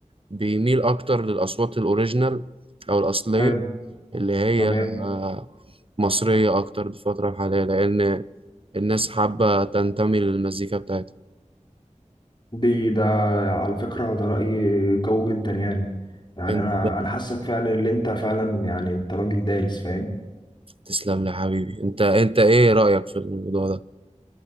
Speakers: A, on the right; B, on the left.
A: بيميل أكتر للأصوات الأوريجينال أو الأصلية
B: حلو
A: اللي هي
B: تمام
A: آه، مصرية أكتر في الفترة الحالية لأن الناس حابة تنتمي للمزيكا بتاعتها
B: دي ده على فكرة ده رأي قوي جدا يعني يعني
A: أنت
B: أنا أنا حاسك فعلا اللي أنت فعلا يعني أنت راجل دارس فاهم
A: تسلم لي يا حبيبي أنت أنت إيه رأيك في الموضوع ده؟